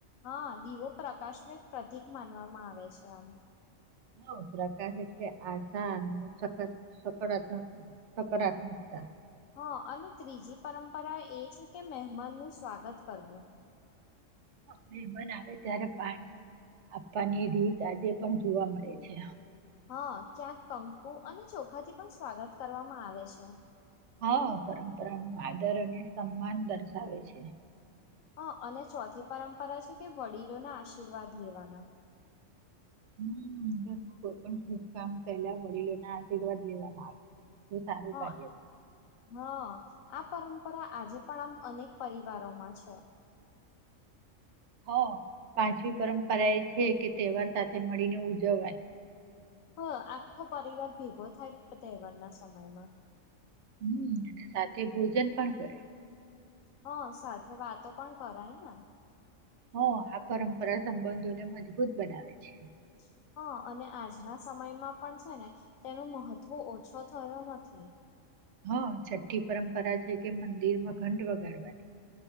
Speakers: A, on the left; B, on the right.
A: હા દીવો પ્રકાશ નું એક પ્રતિક માનવામાં આવે છે આમ.
B: હ પ્રકાશ એટલે આશા અને સકારત્મક સકારાત્મકતા.
A: હા અને ત્રીજી પરંપરા એ છે કે મહેમાન નું સ્વાગત કરવું.
B: <unintelligible> મન આવે ત્યારે પાણી આપવાની રીત આજે પણ જોવા મળે છે.
A: હા ક્યાંક કંકુ અને ચોખાથી પણ સ્વાગત કરવામાં આવે છે.
B: હા પરંપરા નો આદર અને સન્માન દર્શાવે છે.
A: હ અને ચોથી પરંપરા છે કે વડીલોના આશીર્વાદ લેવાના.
B: હમ ઘરમાં કોઈ પણ ખૂબ કામ પયેલા વડીલો ના આશીર્વાદ લેવામાં આવે. તો સારું
A: હ
B: કાર્ય
A: હા આ પરમ પરપરા આજે પણ આમ અનેક પરિવારોમાં છે.
B: હ પાંચમ પરંપરા એ છે કે તહેવાર સાથે મળીને ઉજવવાની.
A: હા આખો પરિવાર ભેગો થાય તહેવારના સમયમાં.
B: હમ્મ અને સાથે ભોજન પણ કરે.
A: હ સાથે વાતો પણ કરાય ને.
B: હ આ પરંપરા સંબંધોને મજબૂત બનાવે છે.
A: <unintelligible> હા અને આજના સમયમાં પણ છે ને તેનું મહત્વ ઓછો થયો નથી.
B: હા છઠ્ઠી પરંપરા છે કે મંદિર માં ઘંટ વગાડવાની.